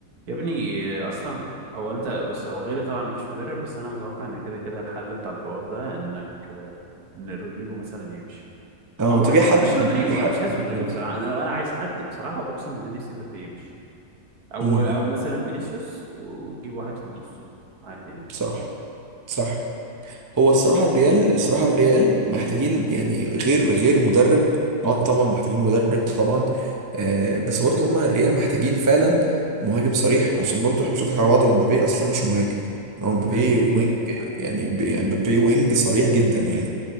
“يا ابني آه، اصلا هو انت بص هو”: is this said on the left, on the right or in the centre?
Right